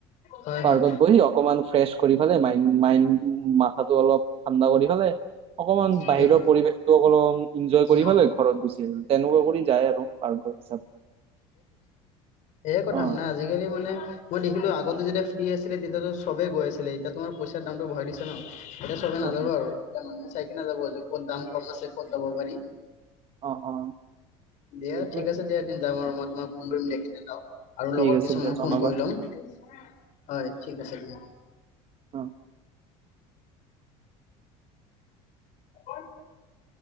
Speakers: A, on the left (about 55°); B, on the right (about 40°).
A: হয়
B: পাৰ্কত
A: হয়।
B: বহি অকমান ফ্ৰেছ কৰি ফালে মাই মাইণ্ড- মাথাটো অলপ ঠাণ্ডা কৰি ফালে অকমান
A: ঠিকে
B: বাহিৰৰ
A: কৈছা।
B: পৰিৱেশতো অকন
A: উম।
B: কৰি ভাল লাগ ঘৰত গুচি আহ তেনেকুৱা কৰি যায় আৰু পাৰ্কৰ হিচাপে
A: সয়ে কথা
B: অ
A: মানে আজিকালি মানে মই দেখিলো আগতে যেতিয়া ফ্ৰী আছিলে তেতিয়াটো চবে গৈ আছিলে। এতিয়া তোমাৰ পইচাৰ দামটো বঢ়াই দিছে ন। এনে চবে নাযাব
B: অ
A: আৰু কে চাইকে নাযাব ক'ত দাম কম আছে ক'ত যাব পাৰি।
B: অ অ অ
A: দিয়া
B: এইটো
A: ঠিক আছে দিয়া এদিন যাম আৰু মই তোমাক ফোন কৰিম দেখি যাওঁ। আৰু
B: ঠিক
A: লগৰ
B: আছে
A: কিছুমানক
B: দিয়া জনাবা
A: ফোন কৰি ল'ম। হয় ঠিক আছে দিয়া।
B: অ
A: <unintelligible>